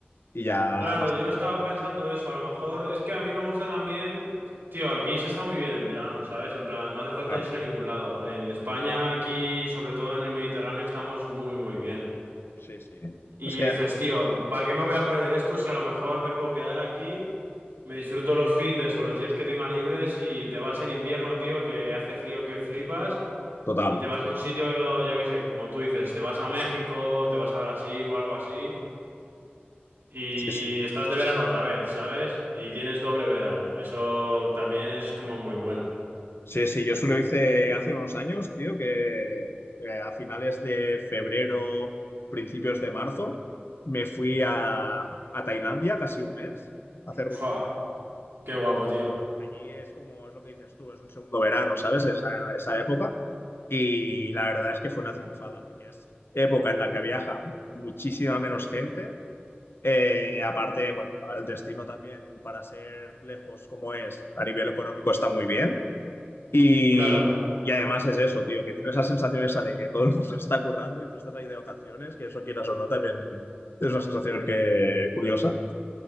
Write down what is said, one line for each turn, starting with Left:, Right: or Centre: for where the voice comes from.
Left: y ya
Right: Claro,
Left: más
Right: yo estaba pensando eso, a lo mejor es que a mí me gusta también, tío, aquí se está muy bien en verano, ¿sabes? En plan, no hace falta
Left: claro.
Right: irse a ningún lado. En España, aquí, sobre todo en el Mediterráneo, estamos muy, muy bien.
Left: Sí, sí.
Right: Y
Left: Es que,
Right: dices, tío, ¿para qué me voy a perder esto si a lo mejor me puedo quedar aquí, me disfruto los findes o los días que tenga libres y te vas en invierno, tío, que hace frío que flipas
Left: total.
Right: y te vas a un sitio, yo qué sé, como tú dices, te vas a México, te vas a Brasil o algo así. Y
Left: Sí, sí.
Right: estás de verano otra vez, ¿sabes? Y tienes doble verano. Eso también es como muy buena.
Left: Sí, sí, yo solo hice hace unos años, tío, que eh, a finales de febrero, principios de marzo, me fui a, a Tailandia casi un mes a hacer ruta
Right: Fua,
Left: por allí.
Right: qué
Left: Y
Right: guapo,
Left: claro, allí,
Right: tío.
Left: allí es como es lo que dices tú, es un segundo verano, ¿sabes? Esa, esa época. Y la verdad es que fue una triunfada, porque es época en la que viaja muchísima menos gente. Eh, aparte, bueno, el destino también, para ser lejos como es, a nivel económico está muy bien. Y,
Right: Claro.
Left: y además es eso, tío, que tienes la sensación esa de que todo el mundo <laughs> está currando y tú estás ahí de vacaciones, que eso quieras o no, también es una sensación que curiosa.